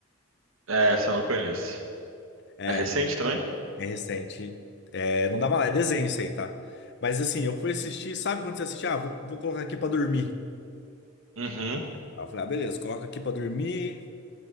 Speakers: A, on the right; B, on the left.
A: É, essa eu não conheço.
B: É,
A: É recente também?
B: É recente. É, não dá mais, é desenho isso aí, tá? Mas assim, eu fui assistir, sabe quando você assiste? Ah, vou, vou colocar aqui pra dormir.
A: Uhum.
B: Aí eu falei, ah, beleza, coloca aqui pra dormir,